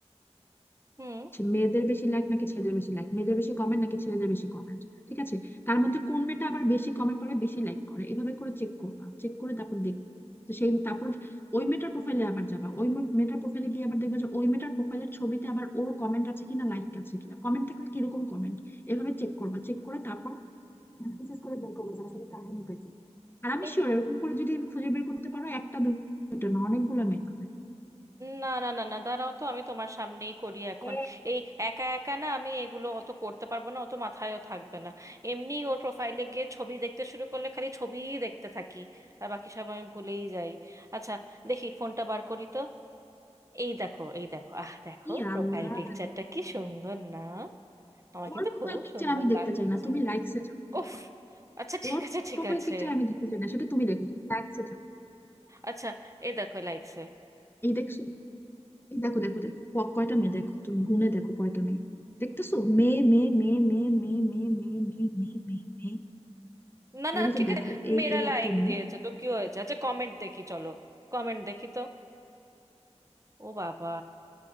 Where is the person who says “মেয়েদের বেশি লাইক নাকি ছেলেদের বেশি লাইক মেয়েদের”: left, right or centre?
Left